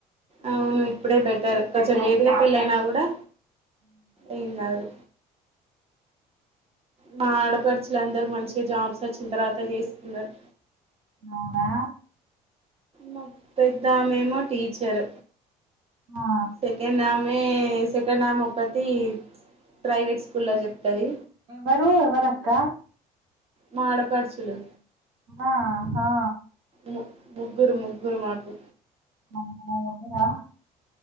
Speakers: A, on the right; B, on the right.
A: అవును ఇప్పుడే బెటర్
B: పిల్లలని
A: కొంచెం లేట్గా
B: వాళ్ళని
A: పెళ్ళ అయినా గూడా ఏం కాదు మా ఆడపడుచులు అందరు మంచిగా జాబ్స్ వచ్చిన తర్వాత చేసుకున్నారు
B: అవునా
A: మా పెద్దఆమేమో టీచర్
B: ఆ
A: సెకండ్ ఆమే సెకండ్ ఆమె ఒకతీ ప్రైవేట్ స్కూల్ లో చెప్తది
B: ఎవరు ఎవరక్క
A: మా ఆడపడుచులు
B: ఆ ఆ
A: ము ముగ్గురు ముగ్గురు మాకు
B: అమ్మో ముగ్గురా